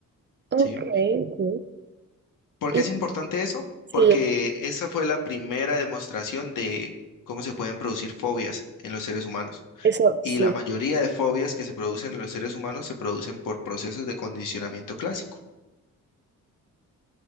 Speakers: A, on the left; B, on the right.
A: ¿sí?
B: ok, ok.
A: ¿Por
B: Y
A: qué es importante eso?
B: sí,
A: Porque esa fue la primera demostración de cómo se pueden producir fobias en los seres humanos.
B: eso
A: Y
B: sí.
A: la mayoría de fobias que se producen en los seres humanos se producen por procesos de condicionamiento clásico.